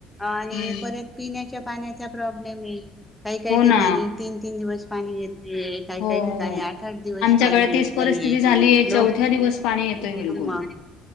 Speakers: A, in the centre; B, on the left.
A: आणि
B: हम्म
A: परत पिण्याच्या पाण्याचा प्रॉब्लेम आहे काही काही
B: हो
A: ठिकाणी
B: ना
A: तीन तीन दिवस पाणी येते काय काही
B: हो
A: ठिकाणी
B: हो
A: आठ आठ दिवस
B: आमच्याकडे
A: पाणी
B: तीच
A: येत नाहीये.
B: परिस्थिती झालीय
A: लोक
B: चौथ्या दिवस पाणी येतोय बिलकुल
A: म